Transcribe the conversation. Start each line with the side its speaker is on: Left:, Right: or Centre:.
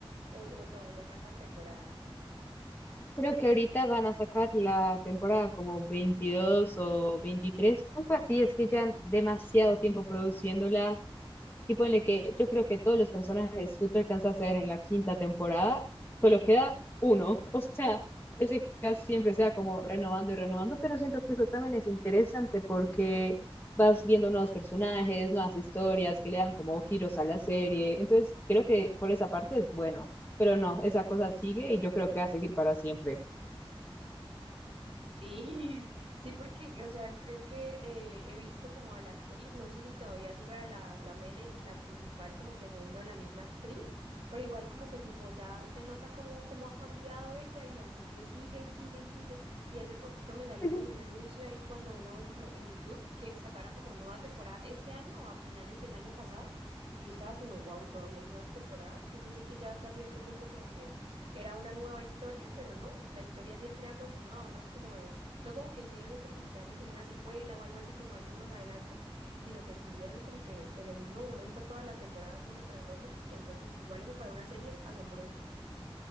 Right: o, o todavía faltan temporadas.
Left: Creo que ahorita van a sacar la temporada como 22 o 23, algo así, es que ya demasiado tiempo produciéndola. Y ponle que yo creo que todos los personajes que tú alcanzas a hacer en la quinta temporada, solo queda uno. <laughs> O sea, ese cast siempre sea como renovando y renovando, pero siento que eso también es interesante porque vas viendo nuevos personajes, nuevas historias que le dan como giros a la serie. Entonces, creo que por esa parte es bueno, pero no, esa cosa sigue y yo creo que va a seguir para siempre.
Right: Sí, <laughs> sí, porque, o sea, creo que eh, he visto como a la actriz, no sé si todavía siga la, la Meredith, la principal, como que siendo la misma actriz, pero igual como que tipo ya se nota como, como ha cambiado ella y la serie sigue y sigue y sigue. Y hace poquito me salió
Left: <laughs>
Right: como un anuncio ahí cuando uno ve como en YouTube que sacaron como nueva temporada este año o a finales del año pasado y yo estaba como de wow, todavía hay nuevas temporadas. Yo pensé que ya hasta cierto punto como que era una nueva historia, pero no, la historia siempre ha continuado, no es como de- no como que hicieron esto como que hacen como una secuela o algo así como años más adelante, sino que siguieron como que en el mismo momento todas las temporadas una tras otra, entonces igual eso para una serie es asombroso.